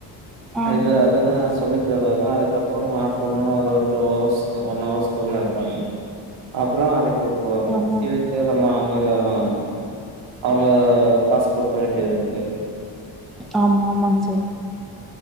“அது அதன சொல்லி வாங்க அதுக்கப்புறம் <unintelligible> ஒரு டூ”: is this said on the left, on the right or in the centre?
Right